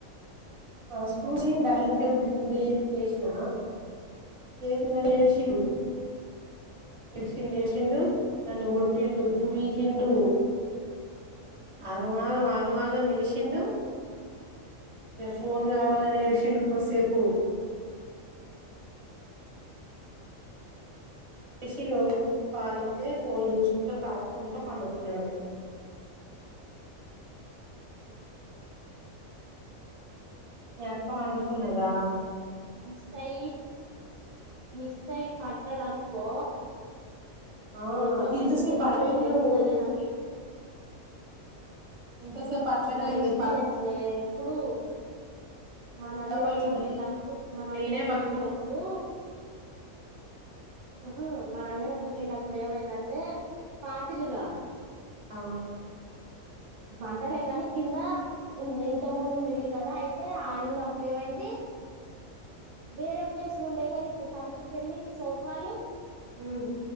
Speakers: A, on the right; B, on the right.
A: స్కూల్ డైనింగ్ టేబుల్ కింది వేసిన ఇంగ నేడ్చిండు ఎడ్చిండ్ ఎడ్చిండు నన్ను గొట్టిండు పీకిండు ఆ ఆగమాగం ఆగమాగం జేషిండు ఫోన్ కావాలని ఏడ్చిండు కోసేపు చేసిజ పాలిత్తే ఫోన్ చూసుకుంటూ తాక్కుంటా పండుకున్నాడు
B: ఉ
A: ఎ వండుకున్నదా
B: మిస్సై మిస్సై పడ్డడు అనుకో
A: ఆ
B: దెబ్బ
A: ఇంతసేపు
B: గట్టిగా
A: పడబోయిండు
B: తాకుతది ఎందుకంటే నాకి
A: ఇంతసేపు అట్లనే
B: నాది
A: అయింది
B: ఎక్స్పీరియన్స్ రే ఇప్పుడు మా
A: పడబోయిండు
B: నందిని అక్క పెళ్ళప్పుడు మా నందిని
A: నేనే
B: అక్క
A: పడుకున్నా
B: పెళ్ళప్పుడు ఉహు మా నందిని అక్క పెళ్లప్పుడు ఏమైందంటే పాతిళ్లుగా
A: ఆ
B: బన్ లేదని కింద ఇంత ముందున్న ఇల్లు కదా అయితే ఆ ఇళ్లప్పుడు ఏమైంది వేరే ప్లేస్లు ఉండేగా ఇ తలుపుకెళ్ళి సోఫాలు
A: ఉ